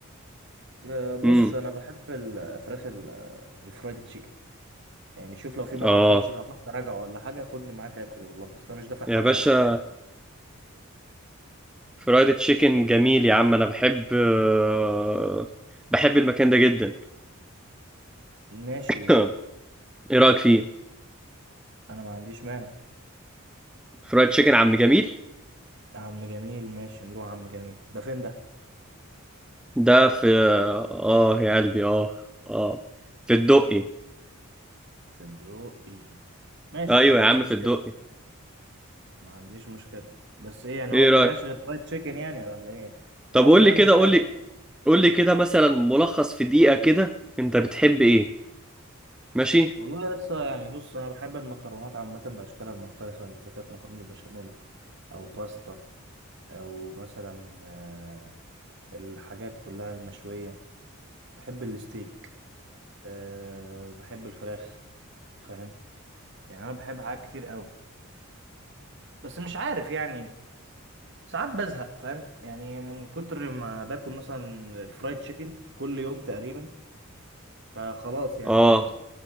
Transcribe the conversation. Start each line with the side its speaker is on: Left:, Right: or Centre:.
Right: آه، بص
Centre: امم
Right: انا بحب الفراخ ال- آه، الفرايد تشيكن يعني شوف لو في مطعم
Centre: اه
Right: فرايد تشيكن هتروح تراجع ولا حاجه خدني معاك اكل والله بس انا مش دافع حاجه
Centre: يا باشا
Right: يعني
Centre: فرايد تشيكن جميل يا عم انا بحب آه، بحب المكان ده جدا
Right: ماشي
Centre: <laughs> ايه رايك فيه
Right: انا ما عنديش مانع
Centre: فرايد تشيكن عم جميل
Right: عم جميل ماشي نروح عم جميل ده فين ده
Centre: ده في اه يا قلبي اه اه في الدقي
Right: في الدقي ماشي
Centre: ايوه
Right: ما عنديش
Centre: يا عم
Right: مشكله
Centre: في الدقي
Right: ما عنديش مشكله بس ايه يعني
Centre: ايه
Right: هو بيبيعش
Centre: رايك
Right: غير فرايد تشيكن يعني ولا ايه
Centre: طب
Right: انا
Centre: قول
Right: قصدي
Centre: لي
Right: يعني
Centre: كده
Right: فراخ
Centre: قول لي قول لي كده مثلا ملخص في دقيقه كده انت بتحب ايه ماشي
Right: والله لسه يعني بص انا بحب المكرونات عامه باشكالها المختلفه يعني اذا كانت مكرونه بشاميل او باستا او مثلا آه، الحاجات كلها المشويه بحب الستيك أه بحب الفراخ انت فاهم يعني انا بحب حاجات كتير قوي بس مش عارف يعني ساعات بزهق فاهم يعني من كتر ما باكل مثلا الفرايد تشيكن كل يوم تقريبا فخلاص يعني
Centre: اه